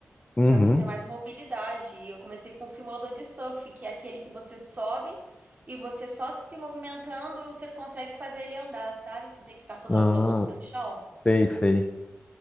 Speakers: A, on the left; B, on the right.
A: Uhum.
B: para você ter mais mobilidade. E eu comecei com um simulador de surf, que é aquele que você sobe e você só se movimentando você consegue fazer ele andar, sabe? Sem ter que ficar toda
A: Ah,
B: hora colocando o pé no chão.
A: sei, sei.